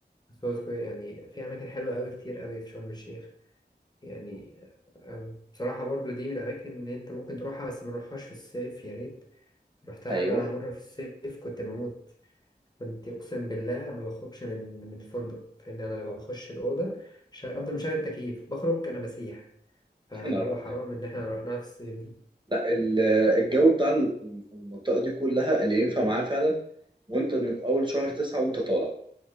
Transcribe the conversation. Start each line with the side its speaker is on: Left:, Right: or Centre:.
Left: سوهو سكوير يعني فيه أماكن حلوة أوي كتير أوي في شرم الشيخ يعني آه بصراحة برضو دي من الأماكن اللي أنت ممكن تروحها بس ما نروحهاش في الصيف يا ريت رحتها
Right: أيوه
Left: أنا مرة في الصيف كنت بموت كنت أقسم بالله ما بخرجش من من الفندق فإن أنا لما بخش الأوضة شا- أفضل مشغل التكييف بخرج أنا بسيح فاللي
Right: يا نهار
Left: هو
Right: أبيض
Left: حرام إن إحنا رحناها في الصيف
Right: لا ال- الجو بتاع الم- المنطقة دي كلها اللي ينفع معاه فعلا وأنت من أول شهر تسعة وأنت طالع